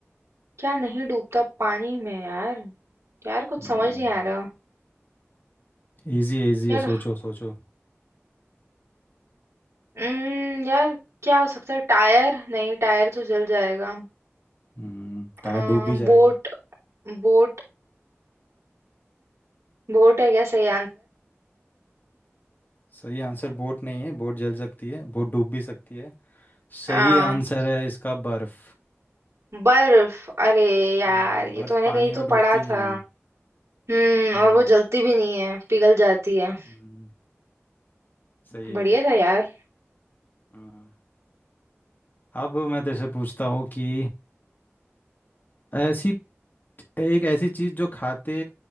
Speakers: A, on the right; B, on the left.
A: क्या नहीं डूबता पानी में यार यार कुछ
B: हम्म
A: समझ नहीं आ रहा
B: इजी है इजी
A: यार
B: है सोचो सोचो
A: हम्म यार क्या हो सकता है टायर नहीं टायर तो जल जाएगा
B: हम्म टायर
A: अ,
B: डूब भी जाएगा
A: बोट बोट बोट है क्या सही
B: सही आंसर बोट नहीं है बोट जल सकती है बोट डूब भी सकती है सही
A: आंसर
B: आंसर है इसका बर्फ
A: बर्फ अरे यार
B: हम्म,
A: ये
B: बर्फ
A: तो मैंने
B: पानी
A: कहीं तो
B: में डूबती
A: पढ़ा था
B: नहीं है
A: हम्म
B: हम्म
A: और वो जलती भी नहीं है पिघल जाती है
B: हम्म, सही
A: बढ़िया
B: है
A: था यार
B: हाँ। अब मैं तेरे से पूछता हूँ कि ऐसी एक ऐसी चीज जो खाते